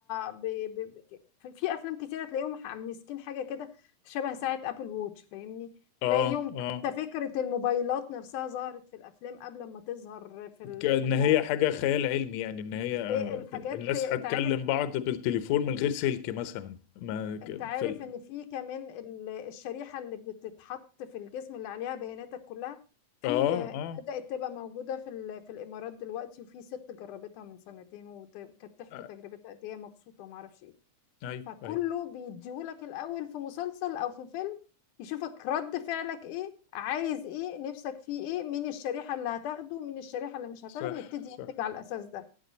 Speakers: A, on the left; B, on the left.
A: ب... ب... ب- في أفلام كتيرة تلاقيهم مسكين حاجة كده شبه ساعة أبل ووتش فاهمني
B: اه
A: تلاقيهم
B: اه
A: ده فكرة الموبايلات نفسها ظهرت في الأفلام قبل ما تظهر في ال...
B: كأن
A: في الواقع
B: هي حاجة خيال علمي يعني ان هي آه،
A: إيه الحاجات
B: الناس
A: أنت
B: هتكلم
A: عارف
B: بعض بالتليفون من غير سلك مثلا ما ك-
A: أنت عارف
B: في ال...
A: إن في كمان ال- الشريحة اللي بتتحط في الجسم اللي عليها بياناتك كلها في
B: اه
A: آه،
B: اه
A: بدأت تبقى موجودة في ال... في الإمارات دلوقتي وفي ست جربتها من سنتين وكانت تحكي
B: آه،
A: تجربتها قد إيه هي مبسوطة وما أعرفش إيه
B: ايوه
A: فكله
B: ايوه
A: بيديهولك الاول في مسلسل او في فيلم يشوفك رد فعلك ايه عايز ايه نفسك فيه ايه مين الشريحة اللي هتاخده مين الشريحة اللي مش هتاخده
B: صح
A: ويبتدي
B: صح
A: ينتج على الاساس ده